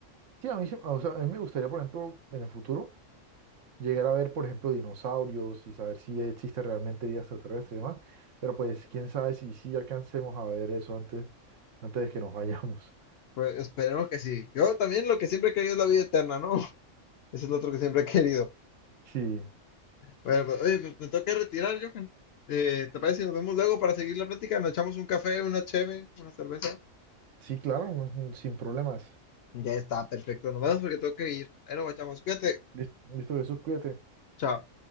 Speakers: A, on the right; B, on the left.
A: sí, a mí, sí- o sea, a mí me gustaría, por ejemplo, en el futuro. llegar a ver, por ejemplo, dinosaurios y saber si existe realmente vida extraterrestre y demás. Pero pues, quién sabe si sí alcancemos a ver eso antes, antes de que nos vayamos. <laughs>
B: Pues esperemos que sí. Yo también lo que siempre he querido es la vida eterna, ¿no? <laughs> Eso es lo otro que siempre he querido.
A: Sí,
B: Bueno, pues, oye, pues me tengo que retirar, Johan. Eh, ¿te parece si nos vemos luego para seguir la plática? Nos echamos un café, una cheve, una cerveza.
A: sí, claro, mm, sin problemas.
B: Ya está, perfecto. Nos vemos porque tengo que ir. Ahí nos guachamos. Cuídate.
A: Lis- Listo, Jesús, cuídate.
B: Chao.